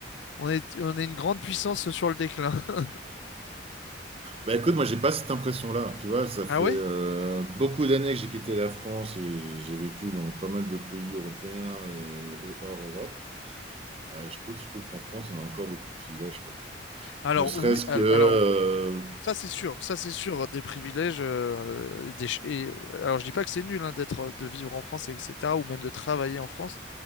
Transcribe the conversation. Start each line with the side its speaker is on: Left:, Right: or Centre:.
Left: on est on est une grande puissance sur le déclin. <laughs>
Right: Bah écoute, moi j'ai pas cette impression-là, tu vois, ça fait
Left: Ah oui?
Right: euh, beaucoup d'années que j'ai quitté la France et j'ai vécu dans pas mal de pays européens et, et hors Europe. Euh, je, trouve- je trouve qu'en France, on a encore beaucoup de privilèges, quoi.
Left: Alors
Right: Ne serait-ce
Left: oui, al-
Right: que... euh,
Left: alors ça c'est sûr, ça c'est sûr des privilèges euh, et des ch- et, euh, alors je dis pas que c'est nul hein, d'être de vivre en France et etc. ou même de travailler en France,